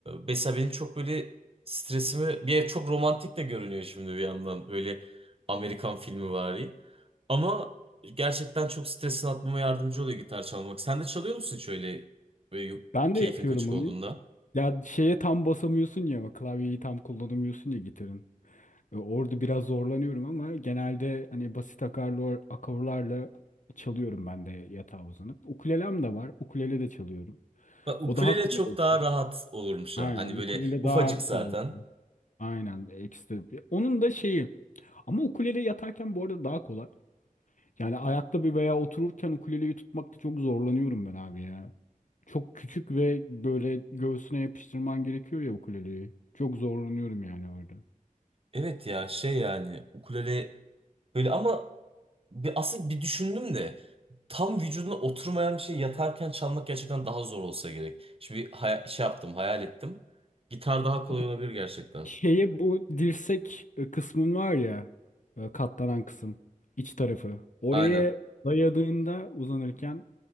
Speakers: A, on the right; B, on the left.
A: mesela benim çok böyle stresimi... Bir ev çok romantik de görünüyor şimdi bir yandan. Böyle Amerikan filmi vari. Ama gerçekten çok stresini atmama yardımcı oluyor gitar çalmak. Sen de çalıyor musun hiç öyle böyle
B: Ben
A: keyfin
B: de yapıyorum
A: kaçık
B: onu.
A: olduğunda?
B: Ya şeye tam basamıyorsun ya ama klavyeyi tam kullanamıyorsun ya gitarın. E, Orada biraz zorlanıyorum ama genelde hani basit akarlar, akorlarla çalıyorum ben de yatağa uzanıp. Ukulelem de var. Ukulele de çalıyorum.
A: Bak ukulele
B: O daha kolay
A: çok
B: oldu.
A: daha rahat olurmuş
B: Aynen.
A: ha. Hani
B: Ukulele
A: böyle ufacık
B: daha
A: zaten.
B: kolay oldu. Aynen. Ekstra. bir- Onun da şeyi. Ama ukulele yatarken bu arada daha kolay. Yani ayakta bir veya otururken ukuleleyi tutmakta çok zorlanıyorum ben abi ya. Çok küçük ve böyle göğsüne yapıştırman gerekiyor ya ukuleleyi. Çok zorlanıyorum yani orada.
A: Evet ya şey yani ukulele böyle ama Bir, aslında bir düşündüm de tam vücuduna oturmayan bir şey yatarken çalmak gerçekten daha zor olsa gerek. Şimdi bir haya- şey yaptım, hayal ettim. Gitar daha kolay
B: Abi
A: olabilir gerçekten.
B: şeye bu dirsek e, kısmın var ya e, katlanan kısım iç tarafı. Oraya
A: Aynen.
B: dayadığında uzanırken